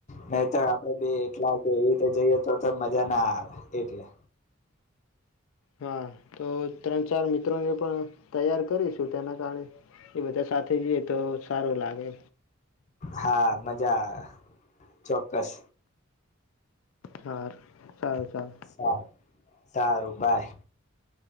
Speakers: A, on the left; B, on the left.
A: નહીતર આપડે બે એલા કે એવી રીતે જઈએ તો મજા ના આવે એટલે.
B: હા તો ત્રણ ચાર મિત્રોને પણ તૈયાર કરીશું. તેના કારણે એ બધા સાથે જઈએ તો સારો લાગે.
A: હા મજા. ચોક્કસ.
B: હા સારું સારું
A: સાર. સારુંબાય.